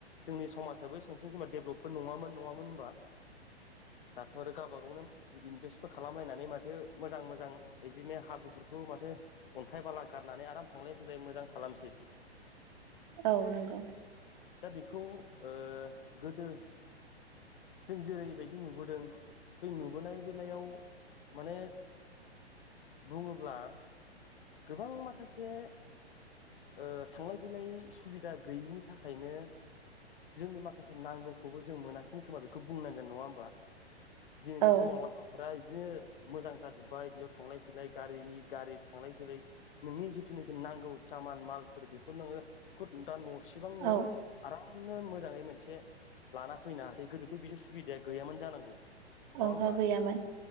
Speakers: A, on the left; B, on the right.
A: जोंनि समाजाबो एसांसिम जेनबा देभलबबो नङामोन नङामोन होनबा।
B: <inaudible>
A: दाथ आरो गाबा गावनो इनभेस्टबो खालामलायनानै माथ थो मोजां मोजां इदिनो हाब्रुफोरखौ माथो अन्थाइ बाला गारनानै आराम थांलाय फैलाय मोजां खा लामसै।
B: औ नोंगौ।
A: दा बेखौ ओह गोदो जों जेरैबाइदि नुबोदों बै नुबोनाय बेलायाव माने बुङोब्ला गोबां माखासे ओह थांलाय फैलाय सुबिदा गैयिनि थाखायनो जोंनि माखासे नांगौखौबो जों मोना खैमोन खोमा बेखौ बुंनांगोन नङा होमबा दिनैनि
B: औ
A: समाव लामाफोरा इदिनो मोजां जाजोब्बाय बेयाव थांलाय फैलाय गारिनि गारि थांलाय फैलाय नोंनि जिथुनखि नांगौ सा मान माल फोर बेखौ नोङो खुद दा न इसेबां नोङो
B: औ
A: आरामनो मोजाङै मोनसे लाना फैनो हासै गोदोथ बिदि सुबिदाया गैामोन जांगौ। नङा
B: ओंहो
A: होमबा
B: गैयामोन